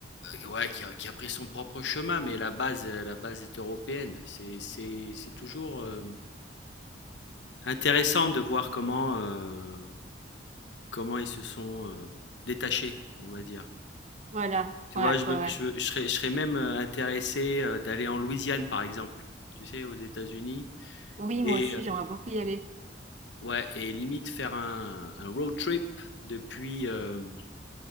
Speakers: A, on the left (about 75°); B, on the right (about 40°).
A: ouais, qui a qui a pris son propre chemin, mais la base, heu, la base est européenne. C'est c'est c'est toujours, hem, intéressant de voir comment, heu, comment ils se sont, heu, détachés, on va dire.
B: Voilà,
A: Tu
B: ouais,
A: vois? Je me
B: ouais, ouais.
A: je je serais je serais même, heu, intéressé, heu, d'aller en Louisiane, par exemple, tu sais, aux États-Unis
B: Oui,
A: et
B: moi aussi,
A: heu
B: j'aimerais beaucoup y aller.
A: ouais et limite faire un un road trip depuis, hem